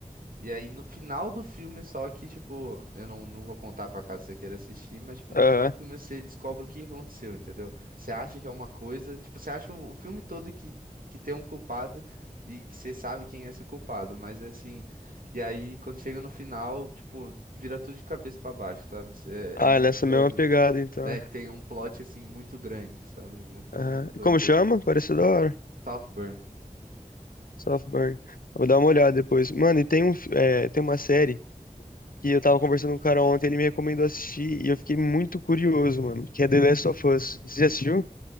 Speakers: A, on the right; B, on the left.
A: E aí no final do filme, só que, tipo, eu não, não vou contar pra caso você queira assistir, mas, tipo, no
B: Aham.
A: final do filme você descobre o que aconteceu, entendeu? Você acha que é uma coisa, tipo, você acha o o filme todo que, que tem um culpado e que você sabe quem é esse culpado, mas assim, e aí quando chega no final, tipo, vira tudo de cabeça pra baixo, sabe? Você,
B: Ah,
A: é muito
B: nessa
A: doido.
B: mesma pegada, então.
A: É que tem um plot, assim, muito grande, sabe? Muito,
B: Aham.
A: muito doido.
B: E Como chama?
A: Eu go-
B: Parece da hora.
A: Southburn.
B: Softburn. Vou dar uma olhada depois. Mano, e tem um, fi- é, tem uma série que eu tava conversando com um cara ontem, ele me recomendou assistir e eu fiquei muito curioso, mano, que é The Last of Us. Você já assistiu?